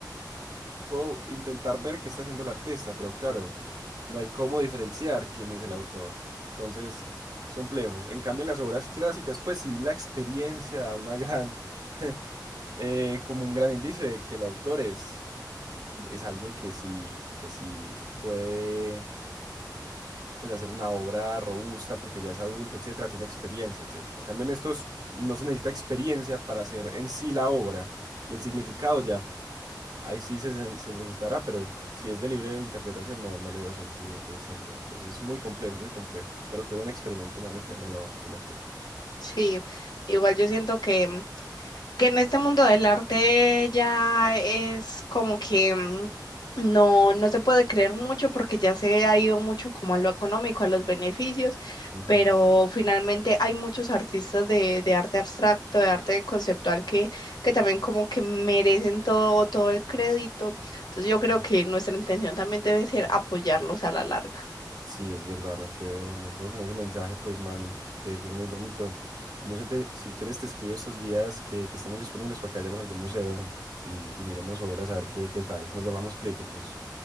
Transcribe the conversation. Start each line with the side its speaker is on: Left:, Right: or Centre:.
Right: puedo intentar ver qué está haciendo el artista, pero claro, no hay cómo diferenciar quién es el autor. Entonces, es complejo. En cambio, en las obras clásicas, pues sí, la experiencia da una gran, <laughs> eh, como un gran indicio de que el autor es, es alguien que sí, que sí puede, pues, hacer una obra robusta porque ya es adulto, etcétera, tiene experiencia, etcétera. En cambio, en estos no se necesita experiencia para hacer en sí la obra y el significado ya. Ahí sí se, se- necesitará, pero si es de libre interpretación, no, no le veo sentido, pues tampoco. Es, es muy complejo, es muy complejo. Pero qué buen experimento, mano, que me lo comentes.
Left: Sí, igual yo siento que que en este mundo del arte ya es como que mm, no, no se puede creer mucho porque ya se ha ido mucho como a lo económico, a los beneficios,
Right: Ujú,
Left: pero finalmente hay muchos artistas de, de arte abstracto, de arte conceptual que, que también como que merecen todo, todo el crédito. Entonces yo
Right: ujú.
Left: creo que nuestra intención también debe ser apoyarlos a la larga.
Right: Sí, es verdad, me quedo, me quedo con ese mensaje, pues, mano, que, que es muy bonito. Y no sé, te- si quieres, te escribo estos días que, que estemos disponibles para que vayamos a algún museo y, y miremos obras a ver qué, qué tal. Nos volvamos críticos.